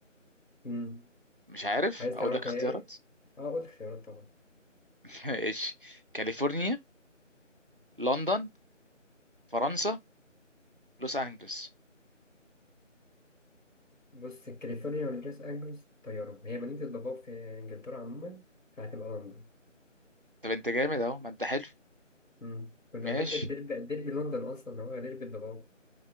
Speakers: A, on the left; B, on the right.
A: مم.
B: مش عارف
A: عايز
B: اقول
A: تعرف
B: لك اختيارات
A: هي ايه؟ اه قول اختيارات طبعا
B: <laughs> ماشي كاليفورنيا لندن فرنسا لوس انجلوس
A: بص كاليفورنيا ولوس أنجلوس طيارة هي مدينة الضباب في إنجلترا عموما فهتبقى لندن
B: طب انت جامد اهو ما انت حلو
A: مم. كنت
B: ماشي
A: بحب الديربي الديربي لندن أصلا هو ديربي الضباب